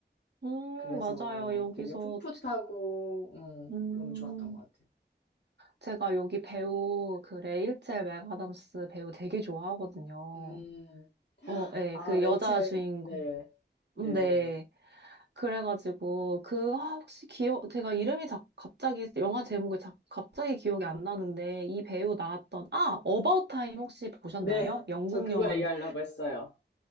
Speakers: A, on the right; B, on the left.
A: 음,
B: 그래서
A: 맞아요. 여기서,
B: 되게 풋풋하고, 음,
A: 음,
B: 너무 좋았던 것 같아요.
A: 제가 여기 배우, 그 레이첼 맥아담스 배우 되게 좋아하거든요.
B: 음,
A: 어, 예,
B: 아,
A: 그
B: 레이첼,
A: 여자 주인공.
B: 네. 네네네.
A: 음, 네. 그래가지고 그 아, 혹시 기억 제가 이름이 자, 갑자기 영화 제목이 자, 갑자기 기억이 안 나는데 이 배우 나왔던 아 어바웃 타임 혹시 보셨나요?
B: 네,
A: 영국
B: 저 그거
A: 영화인데
B: 얘기하려고 했어요.